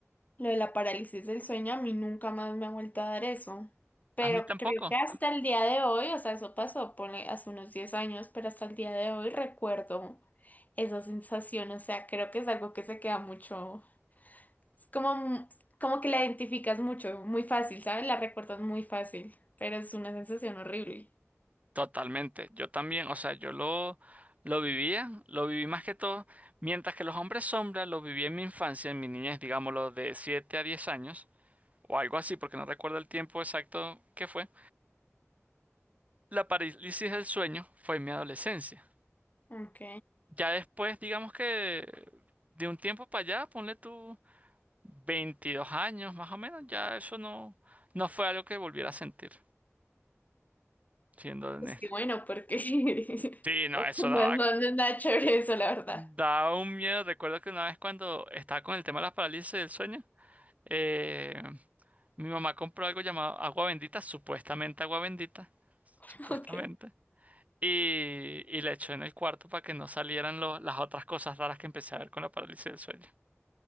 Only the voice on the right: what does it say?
A mí tampoco.
Totalmente. Yo también, o sea, yo lo, lo vivía, lo viví más que todo, mientras que los hombres sombra lo viví en mi infancia, en mi niñez, digámoslo, de 7 a 10 años, o algo así, porque no recuerdo el tiempo exacto que fue. La parálisis del sueño fue en mi adolescencia.
Ya después, digamos que de un tiempo para allá, ponle tú 22 años más o menos, ya eso no, no fue algo que volviera a sentir, siendo honesto.
Sí,
no,
eso daba,
daba un miedo. Recuerdo que una vez cuando estaba con el tema de las parálisis del sueño, eh, mi mamá compró algo llamado agua bendita, supuestamente agua bendita,
supuestamente,
y, y la echó en el cuarto para que no salieran lo- las otras cosas raras que empecé a ver con la parálisis del sueño.